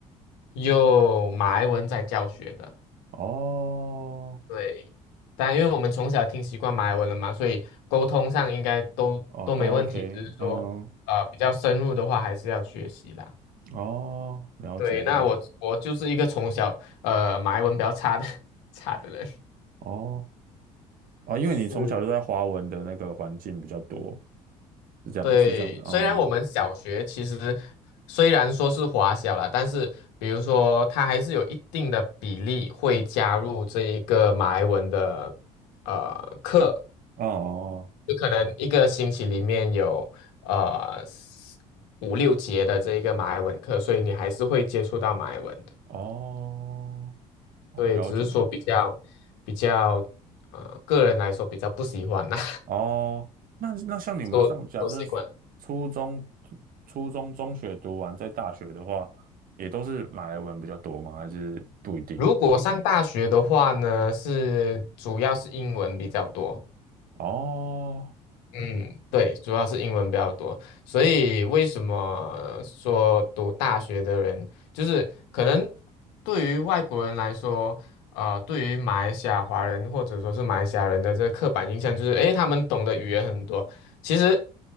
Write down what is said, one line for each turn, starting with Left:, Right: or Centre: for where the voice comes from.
Left: 用马来文在教学的，
Right: 哦
Left: 对。但因为我们从小听习惯马来文了嘛，所以沟通上应该都都没问题，
Right: 哦，都 OK，
Left: 只是说呃比较深入的话还是要学习啦。
Right: 嗯哦，了解了解，
Left: 对，那我我就是一个从小呃马来文比较差的 <laughs> 差的人。
Right: 哦啊，因为你从小就在华文的那个环境比较多，
Left: 是，<laughs>
Right: 是这样是这样子，
Left: 对，虽然我们小学其实
Right: 嗯哦
Left: 虽然说是华小啦，但是比如说它还是有一定的比例会加入这一个马来文的呃课，
Right: 哦
Left: 就可能一个星期里面有呃四五六节的这一个马来文课，所以你还是会接触到马来文。
Right: 哦哦，
Left: 对，
Right: 了解，
Left: 只是说比较比较，呃，个人来说比较不喜欢啦，
Right: 哦，那那像你们上，
Left: <laughs>
Right: 假设是初中、
Left: 都习惯了。
Right: 初中、中学读完，在大学的话，也都是马来文比较多吗？还是不一定？
Left: 如果上大学的话呢，是主要是英文比较多，
Right: 哦，
Left: 嗯，对，主要是英文比较多，所以为什么说读大学的人，就是可能对于外国人来说，呃，对于马来西亚华人或者说是马来西亚人的这个刻板印象就是，诶，他们懂的语言很多。其实